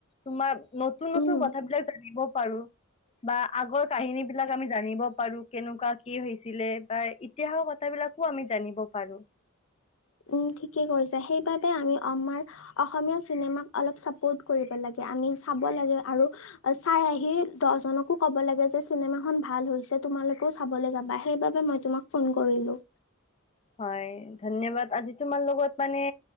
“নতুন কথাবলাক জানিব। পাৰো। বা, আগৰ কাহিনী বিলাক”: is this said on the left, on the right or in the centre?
Left